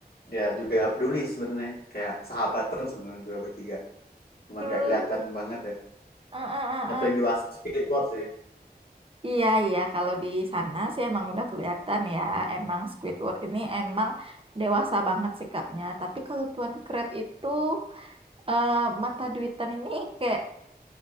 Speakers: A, on the left; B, on the right.
A: dia juga peduli sebenarnya kayak sahabatan sebenarnya juga bertiga cuman
B: Tuh.
A: gak kelihatan banget ya
B: Ah, ah,
A: yang paling
B: ah, ah.
A: dewasa Squidward sih
B: Iya, iya. Kalau di sana sih emang udah kelihatan ya. Emang Squidward ini emang dewasa banget sikapnya. Tapi kalau Tuan Crab itu eh, mata duitan ini kayak